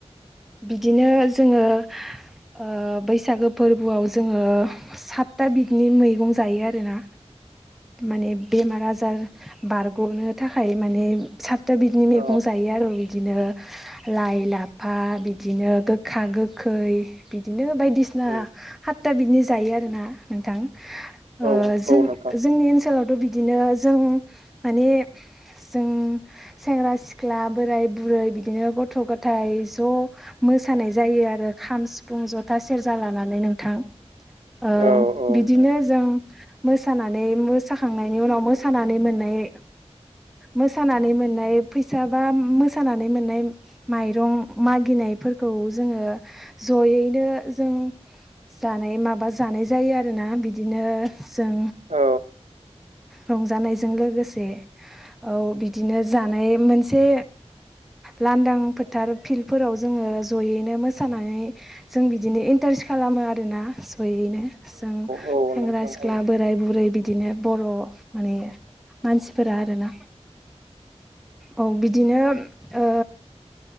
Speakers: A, in the centre; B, on the right.
A: बिदिनो जोङो ओ बैसागो फोरबोआव जोङो सातथा बिदनि मैगं जायो आरोना। माने बेमार आजार बारग'नो थाखाय माने साथता बिदिनो मैगं
B: औ
A: जायो आरो बिदिनो लाइ लाफा बिदिनो गो गोखा गोखै बिदिनो। नो बायदिसि
B: औ
A: हातता बिदनि जायो आरो ना नोंथां
B: औ
A: ओ
B: औ
A: जों जों
B: नोंथां
A: जोंनि ओनसोलावथ' बिदिनो जों माने जों सेंग्रा सिख्ला बोराय बुरै बिदि बिदिनो गथ' गथाय ज' मोसानाय जायो आरो खाम सिफुं ज'था सेरजा लानानै। नोंथां ओ
B: औ औ
A: बिदिनो
B: नोंथां
A: जों मोसानानै मोसाखांनायनि उनाव मोसानानै मोननाय मोसानानै मोननाय फैसा बा मोसानानै मोननाय मायरं मागिनायफोरखौ जोङो ज'यैनो जों जानाय माबा जानाय जायो आरोना बिदिनो जों
B: औ
A: रंजानायजों लोगोसे औ बिदिनो जानाय मोनसे लांदां फोथार फिल्डफोराव जोङो जयैनो मोसानानै जों बिदिनो इन्टारेस्ट खालाम मो आरोना जयैनो जों
B: औ
A: सेंग्रा
B: नोंथां
A: सिख्ला
B: औ
A: बोराय बुरै बिदिनो बर' माने मानसिफोरा आरोना औ बि बिदिनो ओ